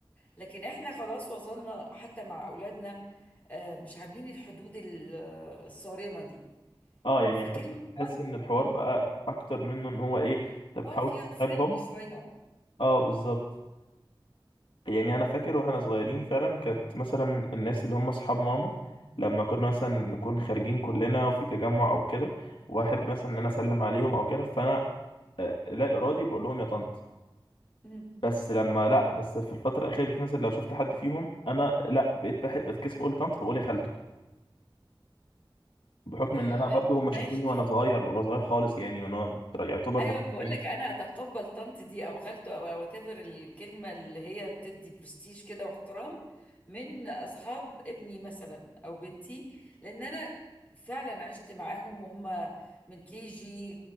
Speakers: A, on the left (about 15°); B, on the left (about 70°).
A: لكن احنا خلاص وصلنا حتى مع اولادنا آه، مش عاملين الحدود ال- آه، الصارمة دي
B: اه يعني
A: فكلمة
B: حتى
A: مام-
B: بحس إن الحوار
A: مم،
B: بقى أكتر منه إن هو إيه أنت بتحاول
A: اه فيها
B: تسحبهم
A: فريندلي شوية
B: اه بالظبط يعني انا فاكر واحنا صغيرين فعلا كانت مثلا الناس اللي هم اصحاب ماما لما كنا مثلا نكون خارجين كلنا وفي تجمع او كده واحب مثلا ان انا اسلم عليهم او كده فانا آه، لا ارادي بقول لهم يا طنط
A: مم.
B: بس لما لا بس في الفتره الاخيره دي مثلا لو شفت حد فيهم انا لا بقيت بحب بتكسف اقول طنط فبقول يا خالته بحكم
A: آه،
B: ان انا برضو
A: آه،
B: هم
A: ماشي
B: شافوني وانا صغير وانا صغير خالص يعني وانا يعتبر
A: ايوه
B: متربيين
A: بقول لك انا اتقبل طنط دي او خالته او وات ايفر الكلمه اللي هي بتدي برستيج كده واحترام من اصحاب ابني مثلا او بنتي لان انا فعلا عشت معاهم وهم من كي جي